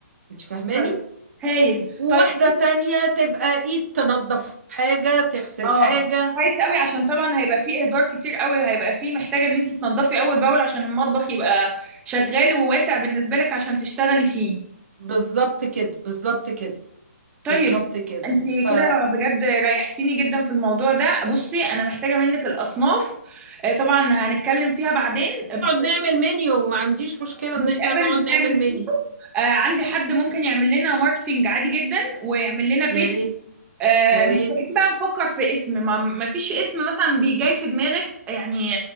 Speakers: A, on the right; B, on the right.
A: انت فاهماني
B: طيب هايل
A: وواحدة
B: طيب بص-
A: تانية تبقى ايد تنظف حاجة تغسل
B: اه
A: حاجة
B: كويس قوي عشان طبعا هيبقى فيه اهدار كتير قوي وهيبقى فيه محتاجه ان انت تنضفي اول باول عشان المطبخ يبقى شغال وواسع بالنسبه لك عشان تشتغلي فيه
A: بالظبط كده بالظبط كده
B: طيب
A: بالظبط كده
B: انت
A: فنقعد
B: كده بجد ريحتيني جدا في الموضوع ده بصي انا محتاجه منك الاصناف آه، طبعا هنتكلم فيها بعدين بالظبط
A: نعمل منيو وما عنديش مشكلة
B: نتقابل
A: ان احنا نقعد
B: ونعمل
A: نعمل منيو
B: فيه آه، عندي حد ممكن يعمل لنا ماركتينج عادي جدا ويعمل لنا بيج
A: يا ريت
B: آه،
A: يا
B: محتاجين
A: ريت
B: بقى نفكر في اسم ما ما فيش اسم مثلا بيجي في دماغك يعني